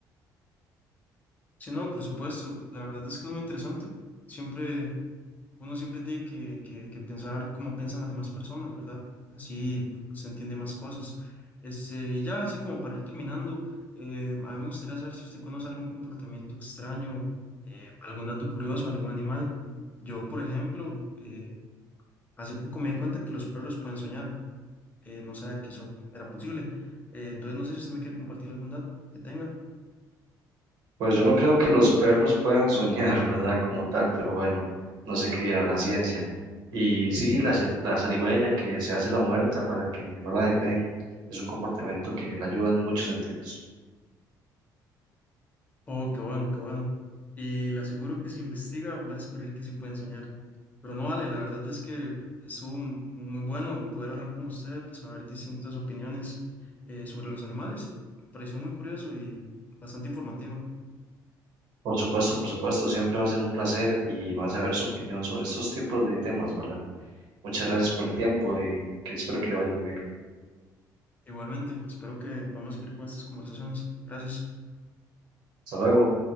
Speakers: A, on the left; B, on the right.
A: Si no, por supuesto, la verdad es que es muy interesante. Siempre Uno siempre tiene que, que, que pensar como piensan las demás personas, ¿verdad? Así se entiende más cosas. Este, y ya así como para ir terminando, eh, a mí me gustaría saber si usted conoce algún comportamiento extraño, eh, algún dato curioso, algún animal. Yo, por ejemplo, eh, hace poco me di cuenta que los perros pueden soñar. eh, no sabía que eso era posible. Eh, entonces, no sé si usted me quiere compartir algún dato que tenga.
B: Pues yo no creo que los perros puedan soñar, <laughs> ¿verdad? Como tal, pero bueno, no sé qué dirá la ciencia. Y sí, la, zar- la zarigüeya que se hace la muerta para que no la depreen, es un comportamiento que la ayuda en muchos sentidos.
A: Oh, qué bueno, qué bueno. Y le aseguro que si investiga va a descubrir que sí pueden soñar. Pero no vale, la verdad es que estuvo m- muy bueno poder hablar con usted, saber distintas opiniones eh, sobre los animales. Pareció muy curioso y bastante informativo.
B: Por supuesto, por supuesto, siempre va a ser un placer y vas a ver su opinión sobre estos tipos de temas, ¿verdad? Muchas gracias por el tiempo y que espero que le vaya muy bien.
A: Igualmente, espero que podamos seguir con estas conversaciones. Gracias.
B: Hasta luego.